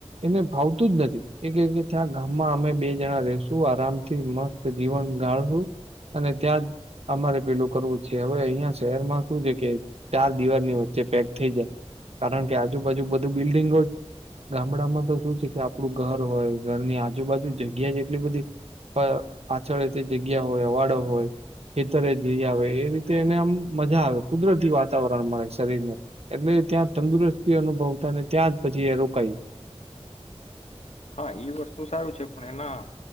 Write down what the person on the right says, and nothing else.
એને ભાવતું જ નથી એ ત્યાં ગામમાં અમે બે જણા રેશું આરામથી મસ્ત જીવન ગાળશું અને ત્યાં જ અમારે પેલું કરવું છે. કે હવે અહિયાં શહેરમાં શું છે કે ચાર દિવારની વચ્ચે પેક થઈ જાય કારણ કે આજુબાજુ બધું બિલ્ડિંગો ગામડામાં તો શું છે કે આપડું ઘર હોય ઘરની આજુબાજુ જગ્યા એટલી બધી પાછળ તે જગ્યા હોય અવાડો હોય ખેતરે જી આવે ઈ એને આમ મજા આવે કુદરતી વાતાવરણ મળે શરીર ને એટલે ત્યાં તંદુરસ્તી અનુભવતા ને ત્યાં જ પછી એ રોકાય